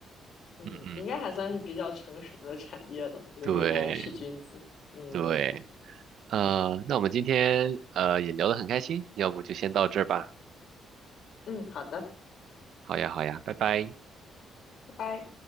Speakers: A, on the left; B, on the right.
A: 嗯，
B: 嗯嗯，
A: 应该还算是比较成熟的产业了。这个云南吃菌子，
B: 对
A: 嗯
B: 对，呃，那我们今天呃也聊得很开心，要不就先到这儿吧。
A: 嗯，好的，
B: 好呀，好呀，拜拜。
A: 拜拜。